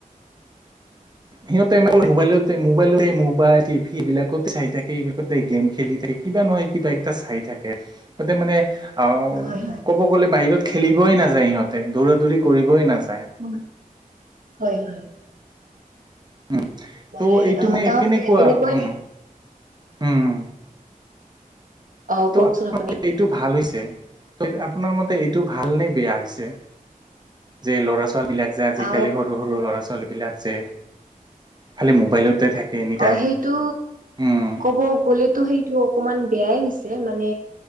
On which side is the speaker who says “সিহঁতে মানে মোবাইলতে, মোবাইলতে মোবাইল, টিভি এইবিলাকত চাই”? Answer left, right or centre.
Right